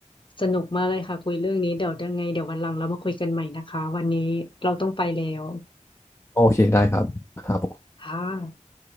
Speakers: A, on the left; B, on the left.
A: สนุกมากเลยค่ะคุยเรื่องนี้เดี๋ยวยังไงเดี๋ยววันหลังเรามาคุยกันใหม่นะคะวันนี้เราต้องไปแล้ว
B: โอเคได้ครับครับผม
A: ค่ะ